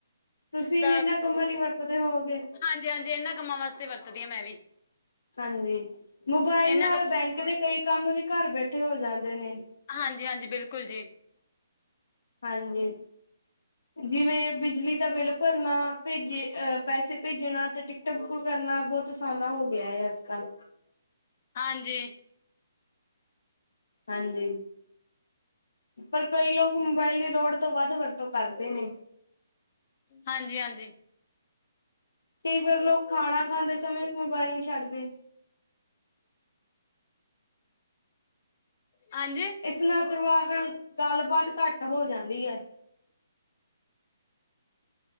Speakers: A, on the left (about 75°); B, on the left (about 40°).
A: ਤੁਸੀਂ
B: ਸ
A: ਵੀ ਇਹਨਾਂ ਕੰਮਾਂ ਲਈ ਵਰਤਦੇ ਹੋਵੋਗੇ
B: ਹਾਂਜੀ, ਹਾਂਜੀ ਇਹਨਾਂ ਕੰਮਾਂ ਵਾਸਤੇ ਤੇ ਵਰਤਦੀ ਹਾਂ ਮੈਂ ਵੀ।
A: ਹਾਂਜੀ ਮੋਬਾਇਲ
B: ਇਹਨਾਂ
A: ਨਾਲ
B: ਕ
A: ਬੈਂਕ ਦੇ ਕਈ ਕੰਮ ਵੀ ਘਰ ਬੈਠੇ ਹੋ ਜਾਂਦੇ ਨੇ।
B: ਹਾਂਜੀ, ਹਾਂਜੀ ਬਿਲਕੁਲ ਜੀ।
A: ਹਾਂਜੀ। ਜਿਵੇਂ ਬਿਜਲੀ ਦਾ ਬਿੱਲ ਭਰਨਾ ਭੇਜੇ ਅਹ ਪੈਸੇ ਭੇਜਣਾ ਤੇ ਟਿਕਟ ਬੁੱਕ ਕਰਨਾ ਬਹੁਤ ਆਸਾਨਾ ਹੋ ਗਿਆ ਹੈ ਅੱਜ, ਕੱਲ।
B: ਹਾਂਜੀ
A: ਹਾਂਜੀ ਪਰ ਕਈ ਲੋਕ ਮੋਬਾਇਲ ਦੀ ਲੋੜ ਤੋਂ ਵੱਧ ਵਰਤੋਂ ਕਰਦੇ ਨੇ
B: ਹਾਂਜੀ ਹਾਂਜੀ
A: ਕਈ ਵਾਰ ਲੋਕ ਖਾਣਾ ਖਾਂਦੇ ਸਮੇਂ ਮੋਬਾਇਲ ਨਹੀਂ ਛੱਡਦੇ
B: ਹਾਂਜੀ
A: ਇਸ ਨਾਲ ਪਰਿਵਾਰ ਨਾਲ਼ ਗੱਲਬਾਤ ਘੱਟ ਹੋ ਜਾਂਦੀ ਐ।